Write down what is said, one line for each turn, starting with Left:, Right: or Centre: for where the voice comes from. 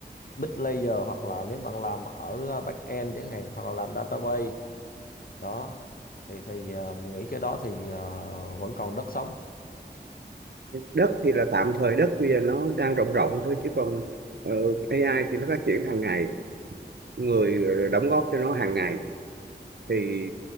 Left: mid layer hoặc là nếu bạn làm ở ờ, back end chẳng hạn hoặc là làm database đó thì thì ờ, mình nghĩ cái đó thì ờ, vẫn còn đất sống
Right: đất thì là tạm thời đất bây giờ nó đang rộng rộng thôi chứ còn ờ, AI thì nó phát triển hàng ngày người đóng góp cho nó hàng ngày thì